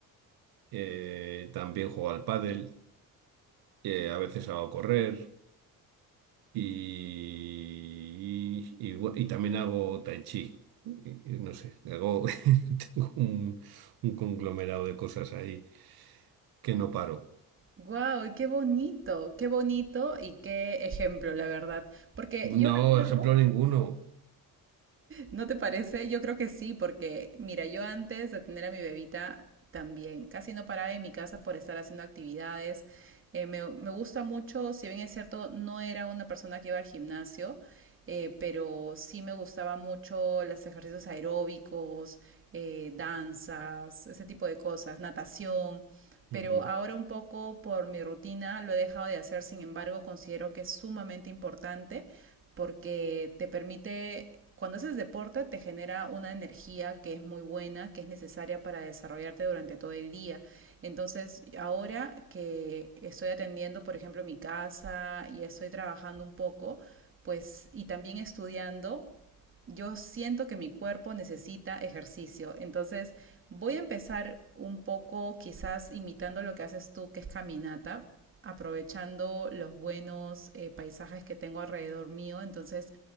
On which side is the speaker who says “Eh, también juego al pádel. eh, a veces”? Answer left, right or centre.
Right